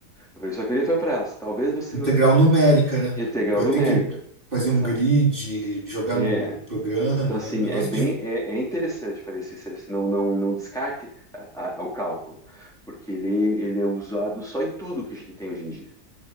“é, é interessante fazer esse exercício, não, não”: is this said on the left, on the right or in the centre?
Centre